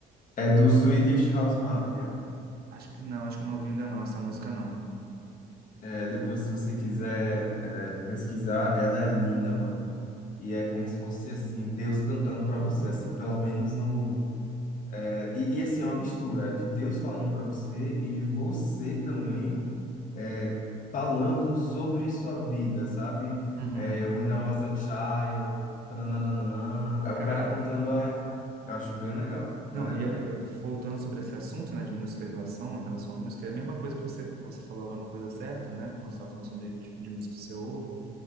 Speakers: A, on the left; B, on the right.
A: É do Swedish House Mafia.
B: Acho que não, acho que eu não ouvi ainda não, essa música não.
A: É, depois, se você quiser é, pesquisar, ela é linda, mano. E é como se fosse assim, Deus cantando pra você, assim, pelo menos no É, e, e assim, é uma mistura de Deus falando para você e de você também é, falando sobre sua vida, sabe?
B: Uhum.
A: É, When I Was a Child, nananana, é o
B: Cara,
A: cara contando a... Eu acho bem legal,
B: Não,
A: bem legal.
B: e eh, voltando sobre esse assunto, né, de música em relação, em relação à música, é a mesma coisa que você, você falou agora, uma coisa certa, né, quando você estava falando sobre o tipo de música que você ouve,